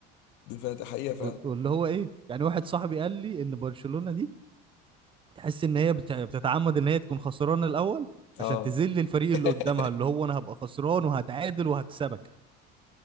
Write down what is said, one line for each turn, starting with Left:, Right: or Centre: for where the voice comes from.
Left: ده فعلا ده حقيقة فعلا
Right: وال- واللي هو ايه يعني واحد صاحبي قال لي ان برشلونة دي تحس ان هي بتع- بتتعمد ان هي تكون خسرانة الاول
Left: اه
Right: عشان تذل الفريق
Left: <laughs>
Right: اللي قدامها اللي هو انا هبقى خسران وهتعادل وهكسبك